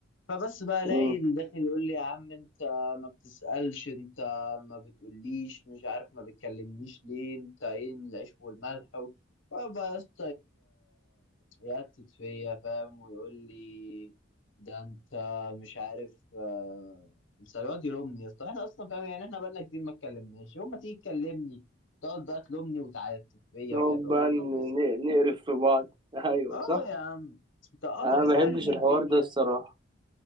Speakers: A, on the left; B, on the right.
A: فبس بقى الاقي
B: مم.
A: اللي داخل يقول لي يا عم انت ما بتسألش انت ما بتقوليش مش عارف ما بتكلمنيش ليه انت ايه العيش والملح فبس يقتت فيا فاهم ويقول لي ده انت مش عارف آه، بس يقعد يلومني يا اسطى احنا اصلا فاهم يعني احنا بقالنا كتير ما اتكلمناش يوم ما تيجي تكلمني تقعد بقى تلومني وتعاتب فيا
B: نقعد
A: مش عارف اقول
B: بقى
A: له طب
B: ن-
A: بس
B: ن- نقرف في بعض <laughs> ايوه
A: اه
B: صح
A: يا عم طب اه
B: انا
A: طب اسألني
B: ما بحبش الحوار
A: الدنيا
B: ده الصراحة